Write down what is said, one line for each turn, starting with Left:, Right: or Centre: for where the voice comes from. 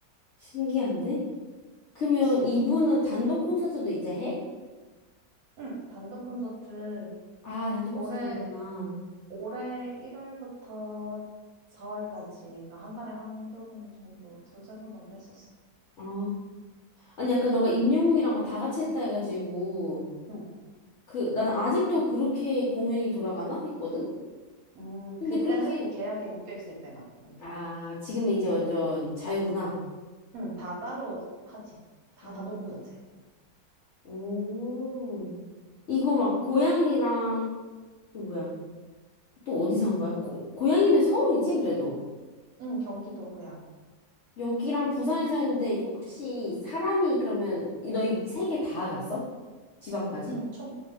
Left: 신기한데? 그러면
Right: 그치.
Left: 이분은 단독 콘서트도 이제 해?
Right: 응, 단독 콘서트
Left: 아, 단독
Right: 올해
Left: 콘서트 하는구나.
Right: 올해 1월부터 4월까지 그러니까 한 달에 한두 번 정도, 두세 번 정도 했었어.
Left: 아, 아니, 아까 너가 임영웅이랑 막 다 같이 했다 해가지고,
Right: 응.
Left: 그, 난 아직도 그렇게 공연이 돌아가나? 했거든?
Right: 음,
Left: 근데
Right: 그때는
Left: 그렇게,
Right: 그 계약에 묶여 있을 때만. 음,
Left: 아, 지금은 이제 완전 자유구나.
Right: 음, 다 따로 하지. 다
Left: 아,
Right: 단독 콘서트.
Left: 오, 이거 막 고양이랑, 또 뭐야? 또 어디서 한 거야? 고, 고양이면 서울이지, 그래도.
Right: 음, 경기도 고향.
Left: 여기랑 부산에 서 했는데 이거 혹시 사람이 그러면 이- 너희 세 개 다 갔어? 지방까지?
Right: 음, 총